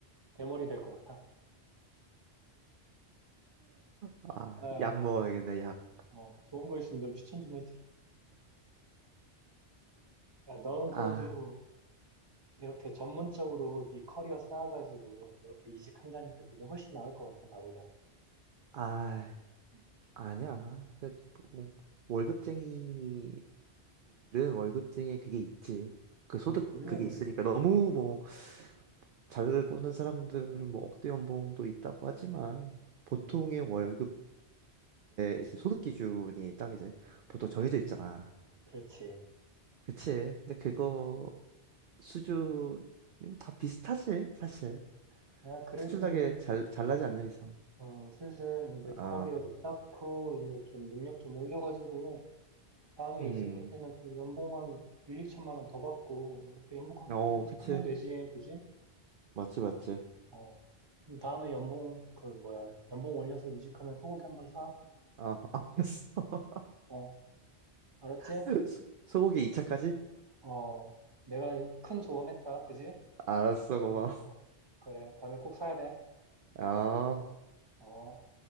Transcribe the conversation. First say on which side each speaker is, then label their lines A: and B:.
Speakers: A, on the right; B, on the right.
A: 대머리 될 것 같아.
B: 아,
A: 아,
B: 약 먹어야겠네, 약.
A: 어, 좋은 거 있으면 좀 추천 좀 해주라. 야, 너는
B: 아,
A: 그래도 이렇게 전문적으로 네 커리어 쌓아가지고 이렇게 이직한다니까 그게 훨씬 나을 것 같아, 나보다는.
B: 아.
A: 음.
B: 아니야. 근데 뭐, 뭐 월급쟁이들은 월급쟁이에 그게 있지. 그 소득
A: 음, 물론,
B: 그게 있으니까 너무 뭐 잘 버는 사람들은 뭐 억대 연봉도 있다고 하지만 보통의
A: 음,
B: 월급의 이제 소득 기준이 딱 이제 보통 정해져 있잖아.
A: 그렇지.
B: 그치? 근데 그거 수준 다 비슷하지 사실.
A: 야, 그래도
B: 특출나게
A: 이제,
B: 잘 잘나지 않는 이상.
A: 어, 슬슬 이제
B: 아,
A: 커리어도 쌓고, 이제 좀 능력 좀 올려가지고, 다음에
B: 음,
A: 이직할 때는 또 연봉 한 1, 이천만 원 더 받고, 이렇게 연봉,
B: 어,
A: 이직하면
B: 그치.
A: 되지, 그지?
B: 맞지 맞지.
A: 어. 그럼 다음에 연봉, 그, 뭐야, 연봉 올려서 이직하면 소고기 한 번 사?
B: 아, <laughs> 알았어.
A: 어, 알았지?
B: <laughs> 소- 소고기 2차까지?
A: 어, 내가 큰 조언했다, 그지?
B: 알았어, 고마워.
A: 어, 그래. 다음에 꼭 사야 돼.
B: 아.
A: 어.